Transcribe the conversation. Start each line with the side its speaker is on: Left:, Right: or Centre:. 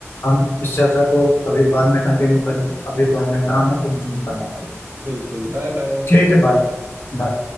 Left: हम इस चर्चा को कभी बाद में कंटिन्यू करेंगे अभी तो हमें काम है तो मुझे करना पड़ेगा
Right: बिल्कुल Bye bye
Left: ठीक है बाय बाय